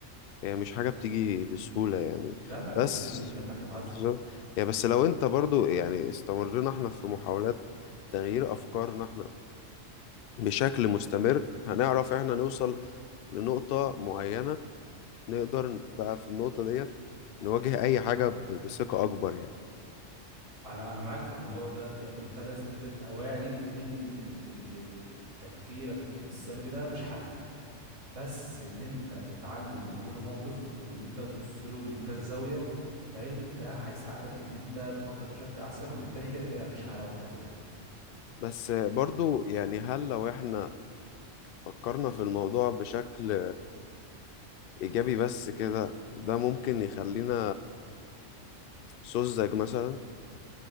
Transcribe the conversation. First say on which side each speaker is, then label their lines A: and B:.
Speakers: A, on the left; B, on the right.
A: هي مش حاجة بتيجي بسهولة يعني
B: لا
A: بس
B: سهولة مين ده انت هتتعذب
A: بالظبط يعني بس لو أنت برضو يعني استمرنا احنا في محاولات تغيير أفكارنا احنا بشكل مستمر هنعرف احنا نوصل لنقطة معينة نقدر بقى في النقطة ديت نواجه أي حاجة ب- بثقة أكبر يعني
B: انا انا معاك في الموضوع ده يعني انت لازم تبقى واعي ان ال- ال- ال- تفكيرك السلبي ده مش حل بس ان انت تتعلم من كل موقف وان انت تبص له من كذا زاوية فاهم ده هيساعدك ان انت تفكر بشكل احسن وبالتالي كده كده هتعيش حياة افضل يعني
A: بس برضو يعني هل لو احنا فكرنا في الموضوع بشكل إيجابي بس كده ده ممكن يخلينا سذج مثلا